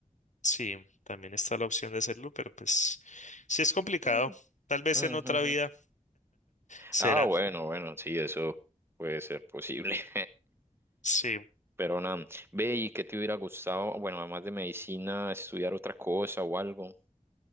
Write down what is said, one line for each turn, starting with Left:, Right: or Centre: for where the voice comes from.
Left: Sí, también está la opción de hacerlo, pero pues sí es complicado.
Right: Sí.
Left: Tal vez
Right: Ujú,
Left: en otra
Right: ujú.
Left: vida. Será,
Right: Ah, bueno, bueno, sí, eso puede ser posible. <laughs>
Left: sí.
Right: Pero nada, ve y qué te hubiera gustado, bueno, además de medicina, estudiar otra cosa o algo.